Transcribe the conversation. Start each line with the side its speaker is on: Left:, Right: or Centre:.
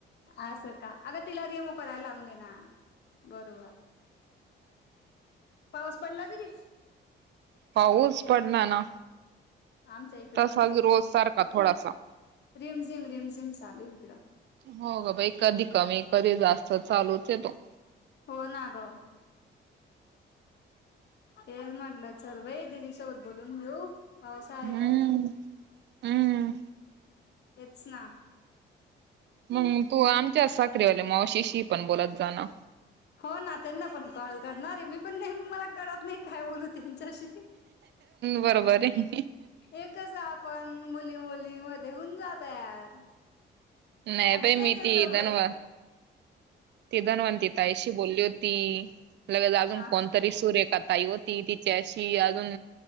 Left: अस का अग तिला रिमूव्ह करायला लावून दे ना बरोबर पाऊस पडला तरी
Right: पाऊच पड ना ना
Left: आमच्या इकडं
Right: तसाच रोज सारखा थोडासा
Left: रिम् झिम रिम् झिम् चालू ये एकड-
Right: हो बाई कधी कमी ए कधी जास्त चालूच आहेे तो.
Left: हो ना ग तेच म्हटल चल बाई दिदी सोबत बोलून घेऊ. पाऊसा
Right: हम्म
Left: आहे का नाही?
Right: हम्म.
Left: हेच ना
Right: मग तू आमच्याच साखरु वाल्या मगशीशी पण बोलत जाणा
Left: हो ना त्यांना पण कॉल करणारे मी पण मला कळत नाही काय बोलू त्यांच्याशी
Right: बरोबर आहे.
Left: एकच आपण मुली मुली मध्ये होऊन जा तयार
Right: नाही
Left: आता
Right: बाई
Left: त्यांच्यासोबत.
Right: मी ती धनव ती धनवंती ताईशी बोलली होती लगेच अजून
Left: हा
Right: कोणतरी सूरेखा ताई होती ति त्याशी अजून